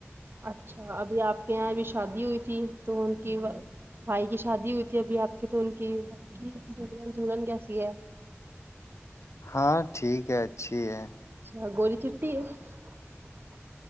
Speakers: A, on the right; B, on the left.
A: اچھا ابھی آپ یہاں ابھی شادی ہوئی تھی تو ان کی بھائی کی شادی ہوئی تھی ابھی آپ کی تو ان کی کی دن دلہن کیسی ہے
B: ہاں ٹھیک ہے اچھی ہے
A: اچھا <unintelligible>